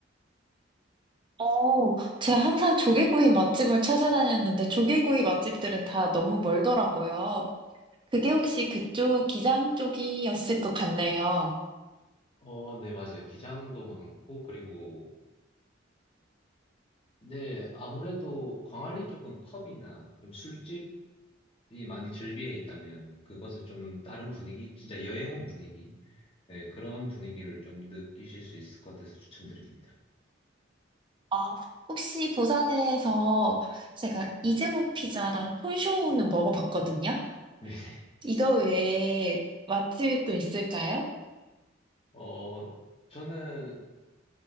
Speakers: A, on the right; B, on the left.
A: 어, 제가 항상 조개구이 맛집을 찾아다녔는데 조개구이 맛집들은 다 너무 멀더라고요. 그게 혹시 그쪽 기장 쪽이었을 것 같네요.
B: 어, 네, 맞아요. 기장도 많고 그리고 네, 아무래도 광안리 쪽은 펍이나 좀 술집이 많이 즐비해 있다면 그것을 좀 다른 분위기, 진짜 여행 온 분위기, 네, 그런 분위기를 좀 느끼실 수 있을 것 같아서 추천드립니다.
A: 아, 혹시 부산에서 제가 이재모 피자랑 톤쇼우는 먹어봤거든요.
B: 네.
A: 이거 외에 맛집이 또 있을까요?
B: 어, 저는